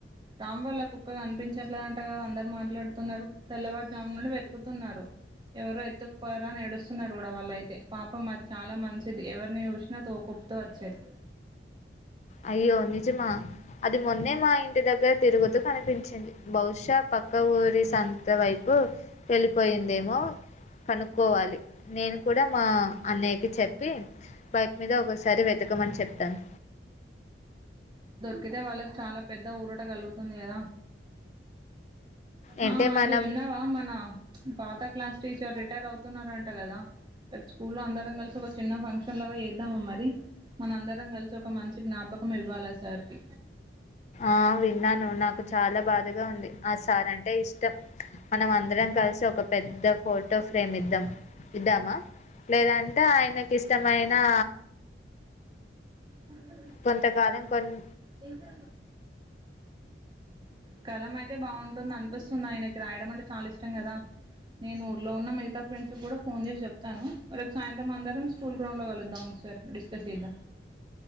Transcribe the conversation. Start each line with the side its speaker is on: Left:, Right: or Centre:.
Right: రామ్ వాళ్ళ కుక్కగా కనిపించట్లేదంట కదా అందరు మాట్లాడుతున్నారు తెల్లవారుజాము నుండి వెతుకుతున్నారు ఎవరో ఎత్తుకుపోారా నడుస్తున్నారు కూడా వాళ్ళ అయితే పాప మాది చాలా మంచిది ఎవరిని చూసినా తోకపుతో వచ్చేది
Left: అయ్యో నిజమా అది మొన్నే మా ఇంటి దగ్గర తిరుగుతూ కనిపించ వచ్చింది బహుశా పక్క ఊరి సంత వైపు వెళ్ళిపోయిందేమో కనుక్కోవాలి నేను కూడా మా అన్నయ్యకి చెప్పి బైక్ మీద ఒకసారి వెతకమని చెప్తాను
Right: అతే వాళ్ళకి చాలా పెద్ద ఊరట కలుగుతుంది కదా
Left: ఏంటే
Right: ఆ
Left: మన
Right: ఇది వెన్నావా మనా పాత క్లాస్ టీచర్ రటర్ అవుతున్నారంట కదా స్కూల్ లో అందరం కలిసి ఒక చిన్న ఫంక్షన్ లాగా చేద్దాము మరి మన అందరం కలిసి ఒక మంచి జ్ఞాపకం ఇవ్వాలా సార్కి
Left: ఆ విన్నాను నాకు చాలా బాధగా ఉంది ఆ సార్ అంటే ఇష్టం మనం అందరం కలిసి ఒక పెద్ద ఫోటో ఫ్రేమ్ ఇద్దాం ఇద్దామా లేదంటే ఆయనకి ఇష్టమైన నా
Right: అ
Left: కొంతకాలం కొన్ని
Right: ఎంత కలం అయితే బాగుంటుందనిపిస్తుంది, ఆయనకి రాయడం అంటే చాలా ఇష్టం కదా నేను ఊర్లో వున్నా మిగతా ఫ్రెండ్స్కి కూడా ఫోన్ చేసి చెప్తాను. రేపు సాయంత్రం అందరం స్కూల్ గ్రౌండ్లో కలుద్దాం ఒకసారి డిస్కస్ చేద్దాం.